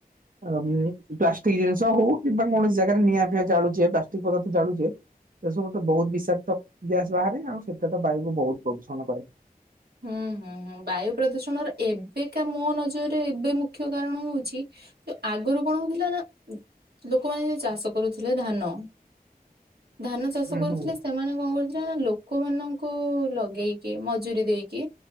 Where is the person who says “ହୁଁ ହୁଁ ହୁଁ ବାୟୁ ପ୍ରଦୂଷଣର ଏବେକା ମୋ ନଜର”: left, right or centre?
Right